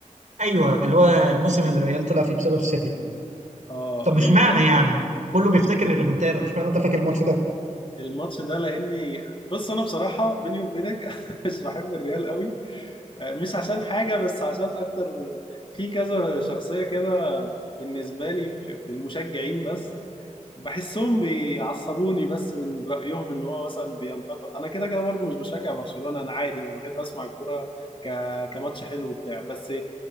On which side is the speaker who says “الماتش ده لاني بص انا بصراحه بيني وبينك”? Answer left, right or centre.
Left